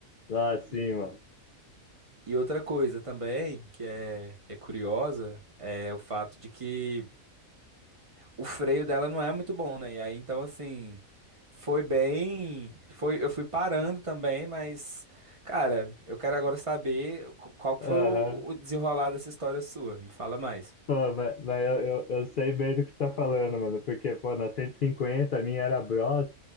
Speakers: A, on the left; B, on the right.
A: Ah, sim,
B: E,
A: mano.
B: e outra coisa também, que é, é curiosa, é o fato de que o freio dela não é muito bom, né? E aí, então, assim, foi bem. Foi, eu fui parando também, mas, cara, eu quero agora saber qu- qual que
A: Aham.
B: foi o, o desenrolar dessa história sua. Me fala mais.
A: Pô, mas, mas eu, eu, eu sei bem do que você tá falando, mano, porque, pô, na 150 a minha era Bros,